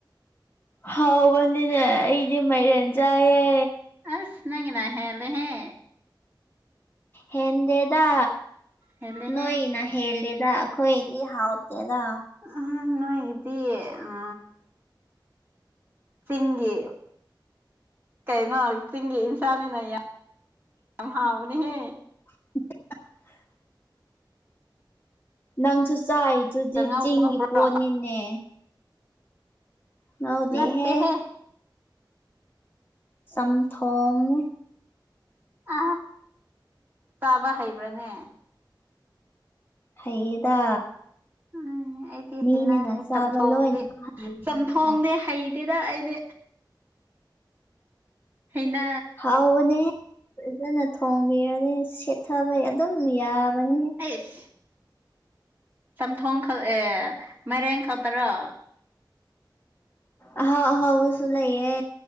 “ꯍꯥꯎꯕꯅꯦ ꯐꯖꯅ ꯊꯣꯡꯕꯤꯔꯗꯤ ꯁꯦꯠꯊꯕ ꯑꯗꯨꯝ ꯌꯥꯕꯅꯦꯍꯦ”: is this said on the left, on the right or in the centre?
Left